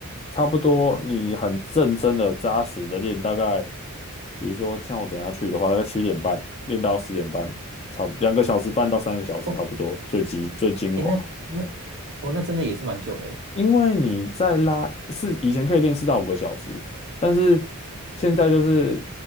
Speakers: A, on the left; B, on the right.
A: 差不多你很认真的、扎实的练，大概比如说像我等一下去的话，大概七点半练到十点半，差不两个小时半到三个小时差不多，
B: 哦，
A: 最极最精华。
B: 哎，那那哦，那真的也是蛮久的诶。
A: 因为你在拉是以前可以练四到五个小时，但是现在就是